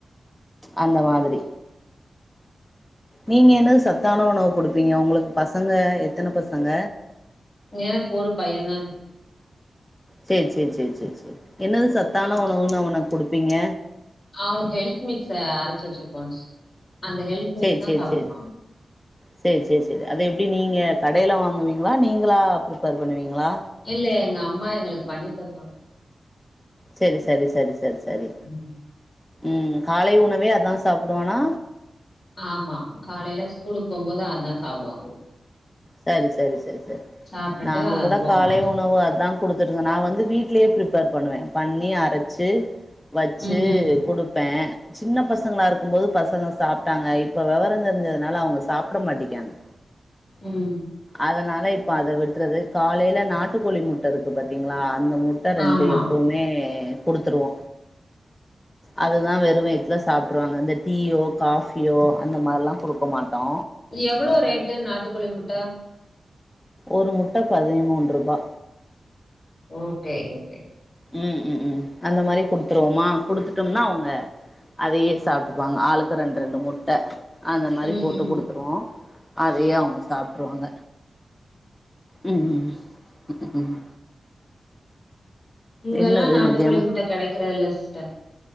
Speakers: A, on the left; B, on the left.
A: அந்த மாதிரி நீங்க என்னது சத்தான உணவு குடுப்பீங்க உங்குளுக்கு பசங்க எத்தன பசங்க
B: எனக்கு ஒரு பைய தா இருக்
A: சேர் சேர் சேர் சேர் சேர் என்னது சத்தான
B: அ
A: உணவுன்னு அவனுக்கு குடுப்பீங்க
B: அவனுக்கு ஹெல்த் மிக்ஸ அரைச்சு வெச்சிருப்போ அந்த ஹெல்த்
A: சேர்
B: மிக்ஸ் தான்
A: சேர்
B: சாப்பிடுவான்.
A: சேர் சேர் சேர் சேர் அத எப்டி நீங்க கடையில வாங்குவீங்களா நீங்களா பிரிப்பேர் பண்ணுவீங்களா
B: இல்ல எங்க அம்மா எங்குளுக்கு பண்ணி தருவாங்க
A: செரி செரி செரி செரி செரி
B: ம்.
A: ம் காலை உணவே அதா சாப்புடுவானா
B: ஆமா காலையில ஸ்கூலுக்கு போம்போது அதா சாப்புடுவா
A: சரி சரி சரி சரி
B: சாப்பிட்டுட்டு
A: நாங்க கூட
B: போவான்.
A: காலை உணவு அதா குடுத்துட்றுந்தோ நா வந்து வீட்லயே பிரப் பேர் பண்ணுவே பண்ணி அரச்சி வெச்சி
B: ம்ஹ்ம்.
A: குடுப்பே சின்ன பசங்களா இருக்கும்போது பசங்க சாப்டாங்க இப்ப வெவரம் தெரிஞ்சதுனால அவங்க சாப்ட மாட்டேங்கிறாங்க
B: உம்
A: அதனால இப்ப அத விட்டுறது காலையில நாட்டுக்கோழி முட்ட இருக்கு பாத்தீங்களா அந்த மு ட்ட ரெண்டு
B: ஆமா.
A: எப்பவுமே குடுத்துருவோ அதுதா வெறும் வயித்துல சாப்டுவாங்க இந்த டீயோ காஃபியோ அந்த மாறிலா குடுக்க மாட்டோ
B: எவ்ளோ ரேட்டு நாட்டுக்கோழி முட்ட
A: ஒரு முட்ட பதின்மூன்ருபா
B: ஓகே ஓகே
A: உம் உம் அந்த மாறி குடுத்துருவோமா குடுத்துட்டோம்னா அவுங்க அதயே சாப்டுப்பாங்க ஆளுக்கு ரெண்டு ரெண்டு முட்ட அந்த மாறி
B: ம்,
A: போட்டு
B: ம்.
A: குடுத்துருவோ அதயே அவுங்க சாப்ட்ருவாங்க ம் ம் ம் ம் க்கு உ
B: இங்கலா
A: என்னது
B: நாட்டு
A: மத்தியானோ
B: கோழி முட்ட கெடைக்குறதுல்ல சிஸ்டர்